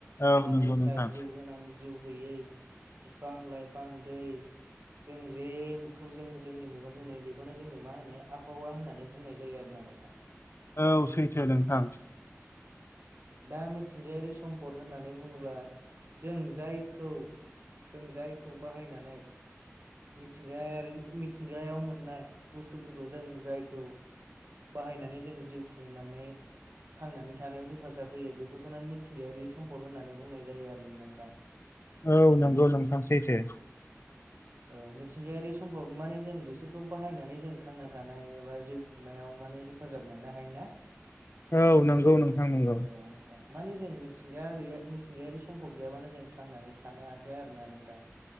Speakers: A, on the left; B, on the right.
A: औ
B: मुवा
A: नंगौ
B: बेसाद
A: नोंथां
B: जिउ गोनां जिउ गैयै बिफां लाइफां दै जों जेखौ जों जोंनि मेगनजों नुयो बेखौनो जोङो मा होनो आबहावा होननानै नानै बुंनाय जायो आरोना नोंथां
A: औ सैथो नोंथां।
B: दा मिथिंगायारि सम्पद होननानै बुङोब्ला जों जायखौ जों जायखौ बाहायनानै मिथिंगायारि मिथिंगायाव मोननाय बुस्थुफोरखौ जों जायखौ बाहायनानै जों जिउ खुंनानै थांनानै थानायाव हेफाजाब होयो बेफोरखौनो मिथिंगायारि सम्पद होननानै बुंनाय जायो आरो नोंथां।
A: औ नंगौ नोंथां सैथो।
B: औ मिथिंगायारि सम्फद माने जों बिसोरखौ बाहायनानै जों थांना थानाय एबा जिउ नायाव माने हेफाजाब मोननो हायोना।
A: औ नंगौ नोंथां नंगौ।
B: औ नोंथां माने जों मिथिंगा गैया मिथिंगायारि सम्फद गैयाबानो जों थांनानै थानो हायाखै आरो ना नोंथां।